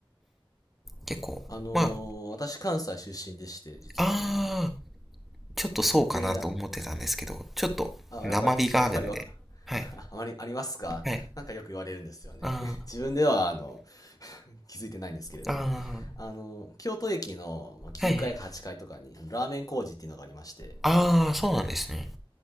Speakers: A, in the centre; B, on the left.
A: 結構、
B: あのー私関西出身でして、
A: まあ、
B: 実は。
A: あちょっとそうかなと思ってたんですけど、
B: で、あ、
A: ちょっと生火があるんで。
B: あやっぱり、やっぱりわか、
A: はい。
B: <laughs> あまりありますかなんかよく言われるんですよね。
A: はい。あ
B: <laughs> 自分では、あの、<laughs> 気づいてないんですけれども。
A: ー、あ
B: あの、京都駅のまあ9階か8階とかに、
A: ー、はいはい。
B: あのラーメン工事っていうのがありまして、
A: あー、そうなんですね。